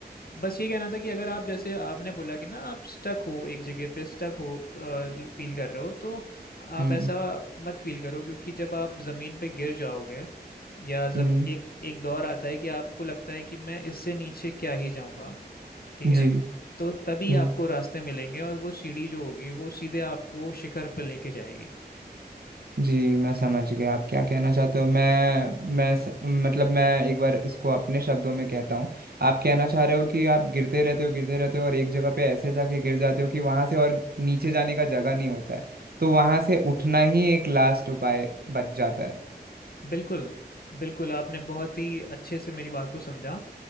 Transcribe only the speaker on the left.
बस ये कहना था कि अगर आप जैसे आपने बोला कि ना आप स्टक हो एक जगह पे स्टक हो फील कर रहे हो तो आप
ऐसा मत फील करो क्योंकि जब आप ज़मीन पे गिर जाओगे या जम,
एक एक दौर आता है कि आपको लगता है कि मैं इससे नीचे क्या ही जाऊंगा ठीक है
तो तभी
आपको रास्ते मिलेंगे और वो सीढ़ी जो होगी वो सीधे आपको शिखर पर लेके जाएगी
हम्म।
बिल्कुल बिल्कुल आपने बहुत ही अच्छे से मेरी बात को समझा